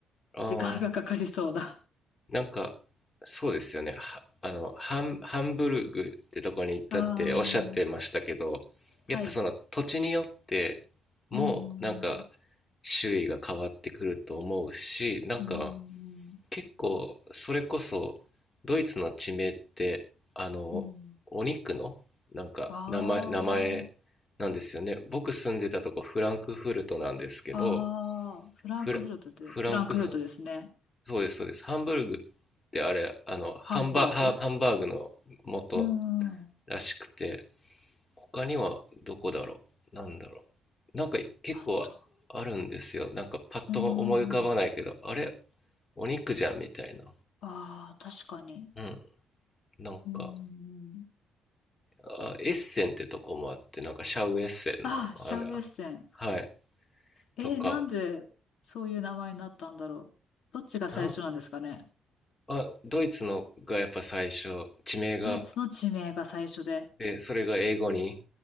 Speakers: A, on the left; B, on the left.
A: ああ、
B: 時間がかかりそうだ。
A: なんか、そうですよね。はあの、ハン、ハンブルグってとこに行ったっておっしゃってましたけど、
B: ああ、
A: やっぱその土地によってもなんか
B: はい。うん、うん、
A: 種類が変わってくると思うし、なんか
B: うん、
A: 結構それこそドイツの地名って、あの、
B: うん。うん
A: お肉のなんか名前、
B: あ
A: 名前なんですよね。僕住んでたとこフランクフルトなんですけど、
B: あ、ああ、フランクフルトって、
A: フラ、フランクフ
B: フランクフルトですね。
A: そうですそうですハンブルグってあれあのハンバハハンバーグの元
B: ハンバーグ。うん、うん。
A: らしくて他にはどこだろうなんだろうなんか結構あるんですよなんかパッと思い浮かばないけどあれ
B: あと、うん、うん。
A: お肉じゃんみたいな
B: ああ、確かに。
A: うんなんか
B: うん。
A: あエッセンってとこもあってなんかシャウエッセンのあれ
B: ああ、シャウエッセン。
A: はい
B: えー、
A: とか
B: なんでそういう名前になったんだろう。どっちが最初なんですかね。
A: なんあドイツのがやっぱ最初地名が
B: ドイツの地名が最初で。
A: でそれが英語に